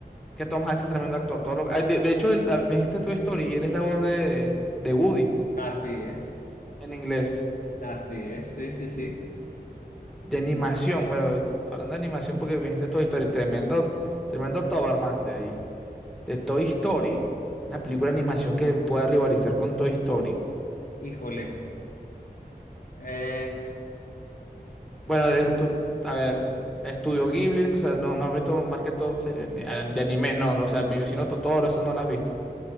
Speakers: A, in the centre; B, on the left (about 60°).
A: Que Tom Hanks es tremendo actor. Todo lo- ah, de, de hecho, él- ah, me dijiste Toy Story y él es la voz de, de Woody
B: así es.
A: en inglés.
B: Así es. Sí, sí, sí.
A: De animación.
B: Mm,
A: Bueno, t- hablando de animación, porque me dijiste Toy Story. Tremendo, tremendo Tobarmaster ahí. de Toy Story. Una película de animación que pueda rivalizar con Toy Story.
B: Híjole. Eh,
A: Bueno, eh, tú- a ver, Estudio Ghibli, o sea, no, no has visto más que todo series de de anime, no. O sea, mi vecino Totoro, eso no lo has visto.